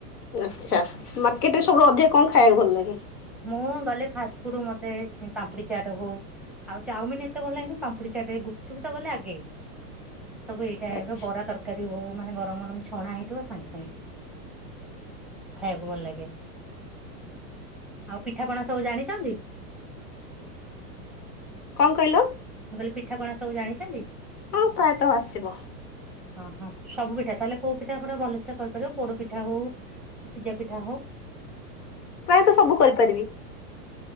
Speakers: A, on the left; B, in the centre.
A: ଆଚ୍ଛା ମାର୍କେଟରେ ସବୁଠୁ ଅଧିକା କଣ ଖାଇବାକୁ ଭଲ ଲାଗେ?
B: ମୁଁ ଗଲେ ଫାଷ୍ଟ ଫୁଡ ମତେ ଉଁ ପାମ୍ପୁଡି ଚାଟ ହୋଉ ଆଉ ଚାଓମିନ ଏତେ ଭଲ ଲାଗେନି ପାମ୍ପୁଡି ଚାଟ, ଗୁପଚୁପବି ତ ଗଲେ ଆଗେ। ସବୁ ଏଇ ଟାଇପରେ
A: ଆଚ୍ଛା
B: ବରା ତରକାରୀ ହୋଉ ମାନେ ଗରମ ଗରମ ଛଣା ହେଇ ଥିବ ସାଙ୍ଗେ ସାଙ୍ଗେ ଖାଇବାକୁ ଭଲ ଲାଗେ। ଆଉ ପିଠାପଣା ସବୁ ଜାଣିଚନ୍ତି?
A: କଣ କହିଲ?
B: ମୁଁ କହିଲି ପିଠାପଣା ସବୁ ଜାଣିଛନ୍ତି?
A: ହଁ ପ୍ରାୟତଃ ଆସିବ।
B: ହଁ ହଁ ସବୁ ପିଠା ତାହେଲେ କୋଉ ପିଠା ପୁରା ଭଲସେ କରିପାରିବ ପୋଡ ପିଠା ହୋଉ ସିଜା ପିଠା ହୋଉ।
A: ପ୍ରାୟତଃ ସବୁ କରିପାରିବି।